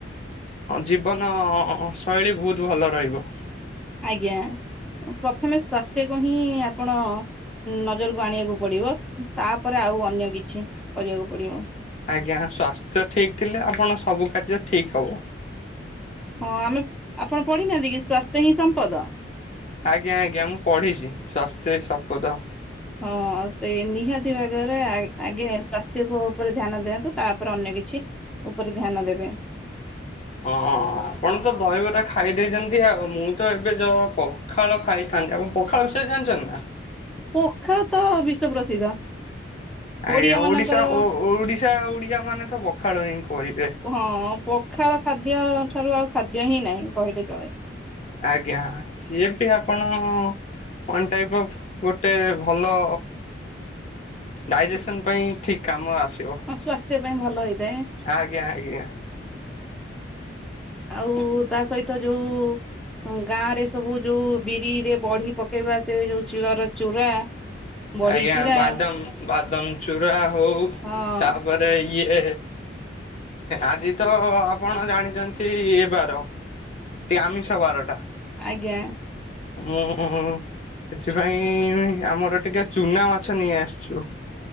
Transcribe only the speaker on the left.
ଜୀବନ ଶୈଳୀ ବହୁତ ଭଲ ରହିବ।
ଆଜ୍ଞା ସ୍ୱାସ୍ଥ୍ୟ ଠିକ୍ ଥିଲେ ଆପଣ ସବୁ କାର୍ଯ୍ୟ ଠିକ୍ ହେବ।
ଆଜ୍ଞା ଆଜ୍ଞା ମୁଁ ପଢିଛି ସ୍ଵାସ୍ଥ୍ୟ ହିଁ ସମ୍ପଦ।
ହଁ ଆପଣ ତ ଦହିବରା ଖାଇ ଦେଇେଛନ୍ତି ଆଉ ମୁଁ ତ ଏବେ ଯ ପଖାଳ ଖାଇଥାନ୍ତି ଆପଣ ପଖାଳ ବିଷୟରେ ଜାଣିଛନ୍ତି ନା?
ଆଜ୍ଞା
ଓଡିଶା ଓଡିଶା ଓଡିଆ ମାନେ ତ ପଖାଳ ହିଁ କହିବେ।
ଆଜ୍ଞା ସିଏ ବି ଆପଣ ୱାନ ଟାଇପ୍ ର ଗୋଟେ ଭଲ ଡାଇଜେସନ୍ ପାଇଁ ଠିକ୍ କାମ ଆସିବ।
ଆଜ୍ଞା ଆଜ୍ଞା।
ଆଜ୍ଞା
ବାଦାମ ବାଦାମ ଚୁରା ହଉ ତା
ତାପରେ ଇଏ ଆଜି ତ ଆପଣ ଜାଣିଛନ୍ତି ଏ ବାର ଆମିଷ ବାରଟା।
ହୁଁ। ସେଥିପାଇଁ ଆମର ଟିକେ ଚୁନା ମାଛ ନେଇ ଆସିଛୁ।